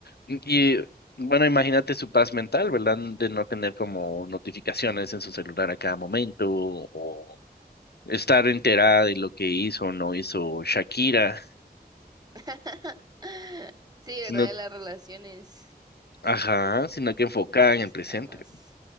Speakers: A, on the left; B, on the right.
A: Y y, bueno, imagínate su paz mental, ¿verdad? De no tener como notificaciones en su celular a cada momento o estar enterada de lo que hizo o no hizo Shakira,
B: <laughs> Sí,
A: sino,
B: ¿verdad? De las relaciones.
A: ajá, sino que enfocada
B: los
A: en el presente.
B: traumas.